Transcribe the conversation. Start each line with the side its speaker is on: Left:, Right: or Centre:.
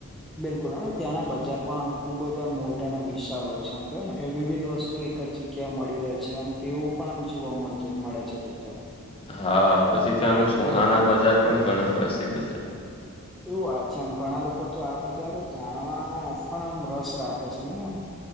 Centre: બિલકુલ ત્યાંના બજાર પણ આમ ખુબ જ આમ મોટા અને વિશાળ હોય છે. એમ કય ને કે વિવિધ વસ્તુ તો એક જ જગ્યા મળી રહે છે. આમ તેવું પણ આમ જોવા મળતું મળે છે તે તો
Left: હા પછી ત્યાંનું સોના ના બજાર પણ ઘણા પ્રસિદ્ધ છે.
Centre: એવુ વાત છે. આમ ઘણા લોકો તો આ બજારો જાણવાના પણ આમ રસ રાખે છે ને એમ.